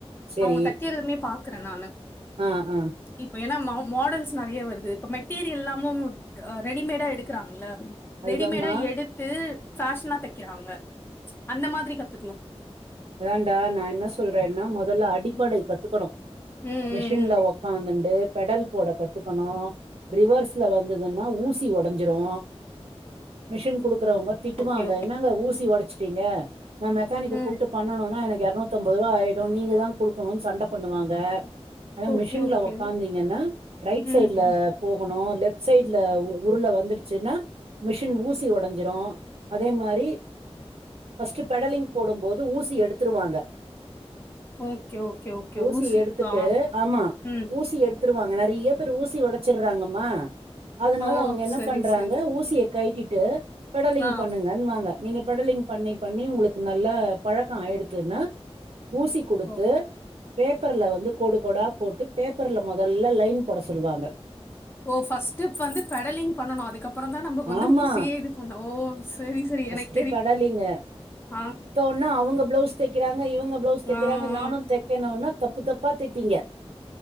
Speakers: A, on the right; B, on the left.
A: செரி
B: அவங்க தைக் <unintelligible> மே பாக்குறே நானு
A: ஆ ஆ
B: இப்ப ஏன்னா மா மாடல்ஸ் நெறையா வருது இப்ப மெட்டீரியல்லாமு ரெடிமேடா எடுக்றாங்கல்ல
A: அதுதாம்மா
B: ரெடிமேடா எடுத்து பேஷனா தைக்கிறாங்க அந்த மாதிரி கத்துக்கணு
A: அதாண்டா நா என்ன சொல்றேன்னா மொதல்ல அடிப்படை
B: ம்
A: கத்துக்கணு
B: ம்
A: மேஸ் டின்ல
B: ம் ம்
A: ஒக்காந்துண்டு பெடல் போட கத்துக்கணு ரிவர்ஸ்ல வந்ததுன்னா ஊசி ஒடஞ்சிரு மிஷின் குடுக்குறவங்க திட்டுவாங்க
B: ஓகே ஓகே
A: என்னங்க ஊசி ஒடச்சிட்டீங்க நா மெக்கானிக்க
B: ம்
A: கூப் விட்டு பண்ணனுனா எனக்கு இரநூத் அம்பது ரூபா ஆயிடு நீங்க தா குடுக்கணும்னு சண்ட பண்ணுவாங்க ஆ
B: ஓகே
A: மிஷின்ல
B: ஓகே
A: உக்காந்தீங்கன்னா ரைட்
B: ம்
A: சைட்ல
B: ம்
A: போகணு லெப்ட் சைட்ல உருல வந்துடுச்சுன்னா மிஷின் ஊசி ஒடைஞ்சிரு அதே மாரி பஸ்ட்டு பெடலிங் போடும் போத் ஊசி எடுத்துருவாங்க
B: ஓகே ஓகே ஓகே
A: ஊசி எடுத்துட்டு
B: ஆ
A: ஆமா
B: ம்
A: ஊசி எடுத் எடுத்துருவாங்க நெறியா பேர் ஊசி உடச்சிர்றாங்கம்மா அதனால
B: ஓ
A: அவங்க என்ன
B: சரி
A: பண்றாங்க
B: சரி
A: ஊசிய கைட்டிட்டு பெடலிங்
B: ஆ
A: பண்ணுங்கன் வாங்க நீங்க பெடலிங் பண்ணி பண்ணி உங்களுக்கு நல்ல பழக்கோ ஆயிடுத்துன்னு ஊசி கொடுத்து
B: ஓ
A: பேப்பர்ல வந்து கோடு கோடா போட்டு பேப்பர்ல மொதல்ல லைன் போட சொல்லுவாங்க
B: ஓ பஸ்ட்ப் வந்து பெடலிங் பண்ணனு அதுக்கப்ரோ தா நமக்கு வந்து
A: ஆமா
B: ஊசியே இது பண்ணோ ஓ செரி செரி எனக்
A: பஸ்ட் பெடலிங்கு
B: ஆ
A: இன்னா அவங்க பிளவுஸ் தெக்கிறாங்க இவங்க பிளவுஸ் தெக்கிறாங்க
B: ஆ,
A: நானு
B: ஆ.
A: தெக்கணுனு தப்பு தப்பா பாத்துடீங்க